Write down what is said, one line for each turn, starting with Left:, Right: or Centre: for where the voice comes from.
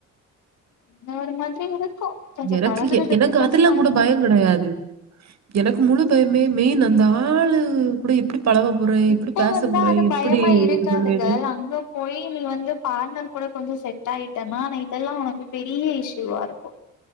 Left: அந்த ஒரு மாரி இருக்கு கொஞ்சோ
Right: எனக்கு
Left: பழகுறதுக்கு
Right: எனக்கு
Left: கொஞ்சோ
Right: அதெல்லா
Left: டைம்
Right: கூட பயம் கெடையாது எனக்கு முழு பயமே மெயின் அந்த ஆளு கூட எப்டி பழகப் போறை
Left: இப்போ
Right: எப்டி பேச
Left: வந்தா
Right: போறை
Left: அது
Right: எப்டி
Left: பயமா இருக்காது
Right: இது பண்ணுவேது
Left: கேர்ள் அங்க போய் நீ வந்து பார்ட்னர் கூட கொஞ்சோ செட் ஆயிட்டேன்னா ஆனா இதெல்லா உனக்கு பெரிய இஷ்யூவா இருக்கு